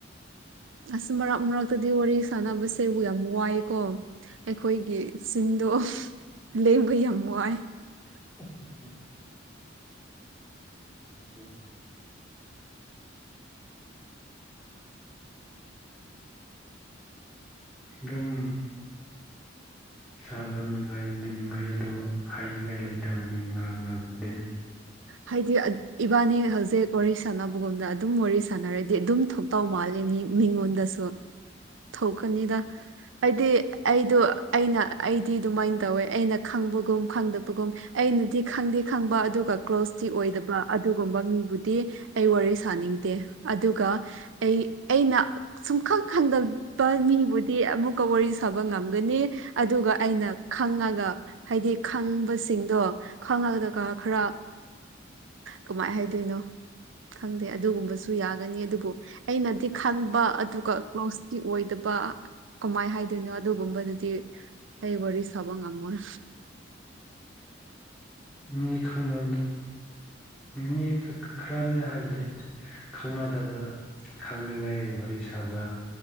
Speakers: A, on the right; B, in the centre.
A: ꯑꯁ ꯃꯔꯛ ꯃꯔꯛꯇꯗꯤ ꯋꯥꯔꯤ ꯁꯥꯟꯅꯕꯁꯦꯕꯨ ꯌꯥꯝ ꯋꯥꯏ ꯀꯣ ꯑꯩꯈꯣꯏꯒꯤ ꯆꯤꯟꯗꯣ ꯂꯦꯡꯕ ꯌꯥꯝ ꯋꯥꯏ
B: <inaudible> ꯗꯨꯝ ꯁꯕ ꯅꯨꯡꯉꯥꯏꯗꯤ ꯅꯨꯡꯉꯥꯏ ꯑꯗꯣ ꯍꯥꯏꯅꯤꯡꯉꯥꯏ ꯂꯩꯇꯕꯅꯤꯅ ꯃꯔꯥꯛ ꯃꯔꯥꯛꯗꯤ
A: ꯍꯥꯏꯗꯤ ꯏꯕꯥꯅꯤ ꯍꯧꯖꯤꯛ ꯋꯥꯔꯤ ꯁꯥꯟꯅꯕꯒꯨꯝꯅ ꯑꯗꯨꯝ ꯋꯥꯔꯤ ꯁꯥꯟꯅꯔꯗꯤ ꯑꯗꯨꯝ ꯊ ꯇꯧ ꯃꯥꯜꯂꯤ ꯃꯤ ꯃꯤꯉꯣꯟꯗꯁꯨ ꯊꯣꯛꯀꯅꯤꯗ ꯍꯥꯏꯗꯤ ꯑꯩꯗꯣ ꯑꯩꯅ ꯑꯩꯗꯤ ꯑꯗꯨꯃꯥꯏꯅ ꯇꯧꯋꯦ ꯑꯩꯅ ꯈꯪꯕꯒꯨꯝ ꯈꯪꯗꯕꯒꯨꯝ ꯑꯩꯅꯗꯤ ꯈꯪꯗꯤ ꯈꯪꯕ ꯑꯗꯨꯒ ꯀ꯭ꯂꯣꯁꯇꯤ ꯑꯣꯏꯗꯕ ꯑꯗꯨꯒꯨꯝꯕ ꯃꯤꯕꯨꯗꯤ ꯑꯩ ꯋꯥꯔꯤ ꯁꯥꯅꯤꯡꯗꯦ ꯑꯗꯨꯒ ꯑꯩ ꯑꯩꯅ ꯁꯨꯝꯈꯪ ꯈꯟꯗꯕ ꯃꯤꯕꯨꯗꯤ ꯑꯃꯨꯛꯀ ꯋꯥꯔꯤ ꯁꯕ ꯉꯝꯒꯅꯤ ꯑꯗꯨꯒ ꯑꯩꯅ ꯈꯪꯉꯒ ꯍꯥꯏꯗꯤ ꯈꯪꯕꯁꯤꯡꯗꯣ ꯈꯪꯉꯗꯒ ꯈꯔ ꯀꯃꯥꯏ ꯍꯥꯏꯗꯣꯏꯅꯣ ꯈꯪꯗꯦ ꯑꯗꯨꯒꯨꯝꯕꯁꯨ ꯌꯥꯒꯅꯤ ꯑꯗꯨꯕꯨ ꯑꯩꯅꯗꯤ ꯈꯪꯕ ꯑꯗꯨꯒ ꯀ꯭ꯂꯣꯁꯀꯤ ꯑꯣꯏꯗꯕ ꯀꯃꯥꯏ ꯍꯥꯏꯗꯣꯏꯅꯣ ꯑꯗꯨꯒꯨꯝꯕꯗꯨꯗꯤ ꯑꯩ ꯋꯥꯔꯤ ꯁꯥꯕ ꯉꯝꯃꯣꯏ
B: ꯃꯤ ꯈꯪꯅꯕ ꯃꯤ ꯈꯔꯅꯦ ꯍꯥꯏꯕꯗꯤ ꯈꯪꯅꯗꯕ ꯈꯪꯅꯤꯡꯉꯥꯏ ꯋꯥꯔꯤ ꯁꯥꯕ